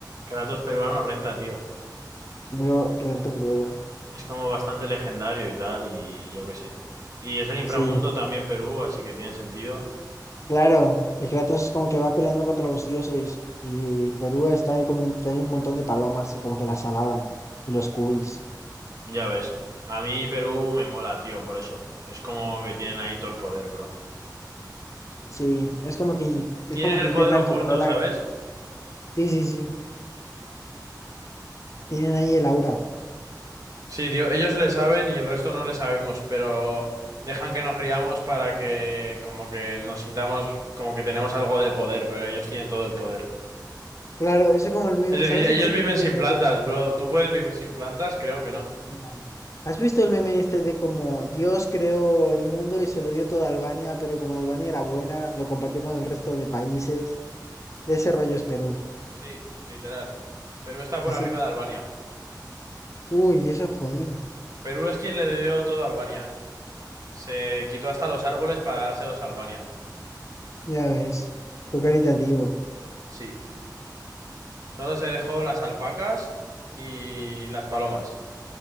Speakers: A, on the right; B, on the left.
A: Kratos peruano renta, tío.
B: Pero renta un huevo.
A: Es como bastante legendario y tal, y yo qué sé. Y es el inframundo
B: Sí,
A: también Perú, así que tiene sentido.
B: claro. Y Kratos como que va peleando contra los dioses. Y Perú está ahí como que hay un montón de palomas y como que las alaban. Y los cubis.
A: Ya ves. A mí Perú me mola, tío, por eso. Es como que tienen ahí todo el poder, bro.
B: Sí, es como que, es
A: Tienen
B: como
A: el
B: que intentan
A: poder oculto,
B: controlar la...
A: ¿sabes?
B: Sí, sí, sí. Tienen ahí el aura.
A: Sí, tío, ellos le saben y el resto no le sabemos, pero dejan que nos riamos para que como que nos sintamos como que tenemos algo de poder, pero ellos tienen todo el poder.
B: Claro, eso es como el meme.
A: Es decir,
B: ¿Sabes
A: ellos
B: el típico
A: viven
B: meme
A: sin plantas,
B: de...
A: bro. ¿Tú puedes vivir sin plantas? Creo que no.
B: no. ¿Has visto el meme este de como Dios creó el mundo y se lo dio toda Albania, pero como Albania era buena, lo compartió con el resto de países? De ese rollo es Perú.
A: Sí, literal. Perú está por
B: Así
A: arriba
B: que,
A: de Albania.
B: uy, eso es jodido.
A: Perú es quien le dio todo a Albania. Se quitó hasta los árboles para dárselos a Albania.
B: Ya ves. Lo caritativo.
A: Sí. Solo se dejó las alpacas y las palomas.